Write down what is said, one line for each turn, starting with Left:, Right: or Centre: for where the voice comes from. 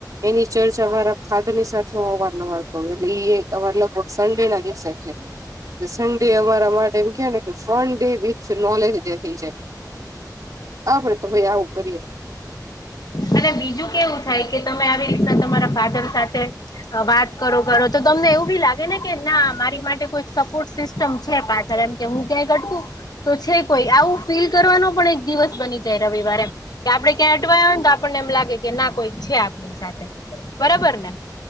Right: એની ચર્ચા અમારા ફાધરની સાથે હવાર હવાર કરું એટલે ઈ અ લગભગ સડે ના દિવસે છે સડે અમારા માટે એમ કે ને ફડે વિચ નોલેજ જે થઈ જાય આપડે તો ભાઈ આવું કરીએ.
Left: અને બીજું કેવું થાય કે તમે આવી રીતના તમારા ફાધર સાથે વાત કરો કરો તો તમને એવું ભી લાગે ને કે ના મારી માટે કોઈ સપોર્ટ સિસ્ટ સિસ્ટમ છે પાછળ એમ કે હું ક્યાંય અટકું તો છે કોઈ આવું ફીલ કરવાનો પણ એક દિવસ બની જાય રવિવારે કે આપડે ક્યાં અટવાય હોય તો આપણને એમ લાગે કે ના કોઈક છે આપણી સાથે બરાબર ને